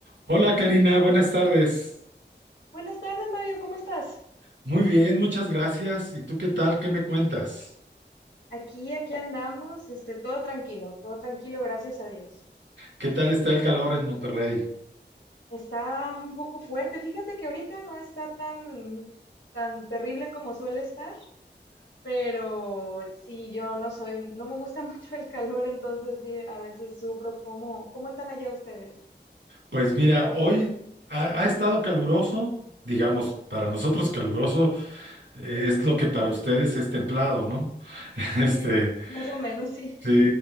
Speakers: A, on the right (about 85°); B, on the left (about 85°).
A: Hola Karina, buenas tardes.
B: Buenas tardes, Mario, ¿cómo estás?
A: Muy bien, muchas gracias. ¿Y tú qué tal? ¿Qué me cuentas?
B: Aquí, aquí andamos, este, todo tranquilo, todo tranquilo, gracias a Dios.
A: ¿Qué tal está el calor en Monterrey?
B: Está un poco fuerte, fíjate que ahorita no está tan, tan terrible como suele estar, pero sí, yo no soy, no me gusta <laughs> mucho el calor, entonces sí, a veces sufro. ¿Cómo, cómo están allá ustedes?
A: Pues mira, hoy ha, ha estado caluroso, digamos, para nosotros caluroso eh,
B: Sí,
A: es lo que para ustedes es templado, ¿no? <laughs> Este,
B: sí, más o menos, sí.
A: sí,